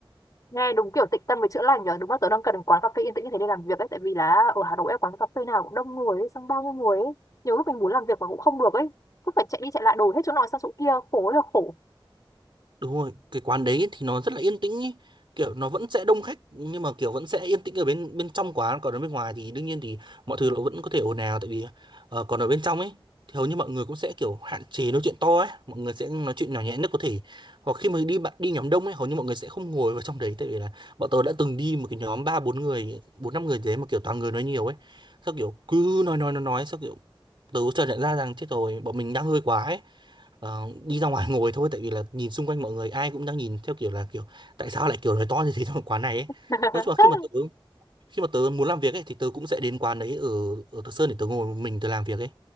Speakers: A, on the left (about 40°); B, on the right (about 60°).
A: Nghe đúng kiểu tịnh tâm với chữa lành nhở, đúng là tớ đang cần quán cà phê yên tĩnh như thế để làm việc ấy, tại vì là ở Hà Nội ấy, quán cà phê nào cũng đông người ấy, xong bao nhiêu người ấy. Nhiều lúc mình muốn làm việc mà cũng không được ấy, cứ phải chạy đi chạy lại đổi hết chỗ này sang chỗ kia, khổ ơi là khổ.
B: Đúng rồi, cái quán đấy thì nó rất là yên tĩnh ý. Kiểu nó vẫn sẽ đông khách nhưng mà kiểu vẫn sẽ yên tĩnh ở bên bên trong quán còn ở bên ngoài thì đương nhiên thì mọi thứ nó vẫn có thể ồn ào tại vì ờ, còn ở bên trong ấy thì hầu như mọi người cũng sẽ kiểu hạn chế nói chuyện to ấy, mọi người sẽ nói chuyện nhỏ nhẹ nhất có thể. Hoặc khi mà đi bạn đi nhóm đông ấy hầu như mọi người sẽ không ngồi vào trong đấy tại vì là bọn tôi đã từng đi một cái nhóm ba bốn người, bốn năm người gì đấy mà kiểu toàn người nói nhiều ấy. Sao kiểu cứ nói nói nói nói sao kiểu tớ chợt nhận ra rằng chết rồi bọn mình đang hơi quá ấy ờ, đi ra ngoài <laughs> ngồi thôi tại vì là nhìn xung quanh mọi người ai cũng đang nhìn theo kiểu là kiểu tại sao lại kiểu nói to như thế trong <laughs> quán này ấy
A: <laughs>
B: nói chung là khi mà tớ khi mà tớ muốn làm việc ấy thì tớ cũng sẽ đến quán đấy ở ở Thọ Sơn để tớ ngồi một mình tớ làm việc ấy